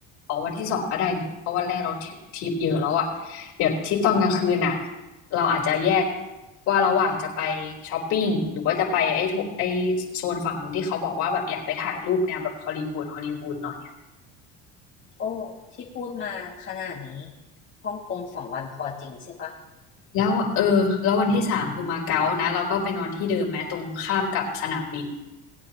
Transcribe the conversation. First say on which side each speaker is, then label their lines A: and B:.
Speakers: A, on the left; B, on the left.
A: ออกวันที่สองก็ได้นี่เพราะวันแรกเราทริปทริปเยอะแล้วอ่ะเดี๋ยวทริปตอนกลางคืนอ่ะเราอาจจะแยกว่าระหว่างจะไปช้อปปิ้งหรือว่าจะไปไอ้โถไอ้โซนฝั่งนู้นที่เขาบอกว่าแบบอยากไปถ่ายรูปแนวแบบฮอลลีวูดฮอลลีวูดหน่อย
B: โอ้ที่พูดมาขนาดนี้ฮ่องกงสองวันพอจริงใช่ปะ
A: แล้วเออแล้ววันที่สามคือมาเก๊านะเราก็ไปนอนที่เดิมแม้ตรงข้ามกับสนามบิน